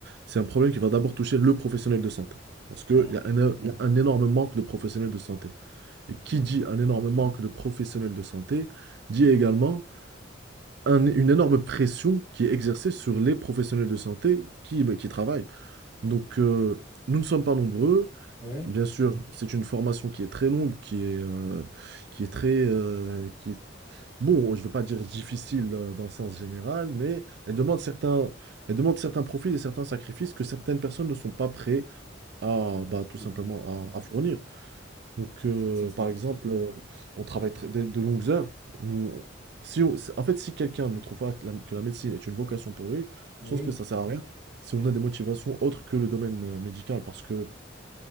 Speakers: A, on the right; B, on the right.
A: c'est un problème qui va d'abord toucher le professionnel de santé. Parce qu'il
B: Voilà.
A: y a un, é- il y a un énorme manque de professionnels de santé. Et qui
B: Oui.
A: dit un énorme manque de professionnels de santé, dit également un- une énorme pression qui est exercée sur les professionnels de santé qui, qui travaillent. Donc, euh, nous ne sommes pas nombreux.
B: Oui.
A: Bien sûr, c'est une formation qui est très longue, qui est, euh, qui est très, euh, qui est Bon, je ne veux pas dire difficile euh, dans le sens général, mais elle demande certains, elle demande certains profils et certains sacrifices que certaines personnes ne sont pas prêtes à, bah, tout
B: C'est
A: simplement
B: vrai.
A: à, à fournir. Donc, euh,
B: Si, si, si.
A: par exemple, euh, on travaille tr- de, de longues heures. Nous, si on- si, en fait, si quelqu'un ne trouve pas que la, que la médecine est une vocation pour lui,
B: Oui,
A: je pense que ça sert à rien si on a des motivations autres que le domaine euh, médical, parce que